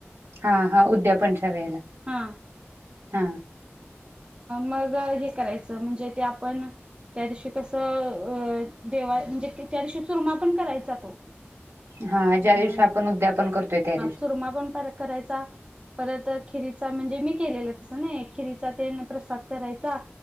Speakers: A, on the right (about 90°); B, on the right (about 25°).
A: हा हा तव्याला
B: हा
A: हा
B: मग हे करायच म्हणजे ते आपण त्या दिवशी कसं आं देवा म्हणजे त्या दिवशी चूरमा पण करायचा तो
A: हा ज्या
B: मग
A: दिवशी आपण उद्यापन करतोय त्या दिवशी
B: चुरमा पण करायचा परत खिरीचा म्हणजे मी केलेला नय प्रसाद करायचा